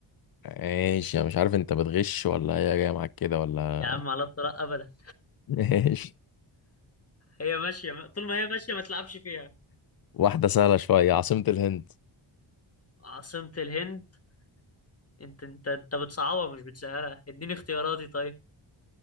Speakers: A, on the left; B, on the left.
A: ماشي أنا مش عارف أنت بتغش ولا هي جاية معاك كده ولا
B: يا عم على الطلاق أبدا
A: <laughs> ماشي
B: هي ماشية طول ما هي ماشية ما تلعبش فيها
A: واحدة سهلة شوية عاصمة الهند
B: عاصمة الهند انت انت انت بتصعبها مش بتسهلها اديني اختياراتي طيب